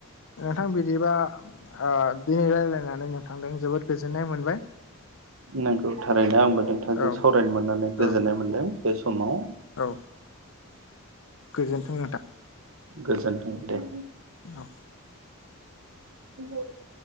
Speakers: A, on the left (about 65°); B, on the right (about 65°).
A: नोंथां बिदिबा ओ दिनै रायज्लायनानै नों- जोबोद गोजोननाय मोनबाय।
B: नोंगौ थारैनो आंबो नोंथांजों
A: औ
B: सावरायनो मोननानै गोजोननाय
A: औ
B: मोनदों बे समाव
A: औ गोजोनथों नोंथां।
B: गोजोनथों दे।
A: औ
B: द <unintelligible>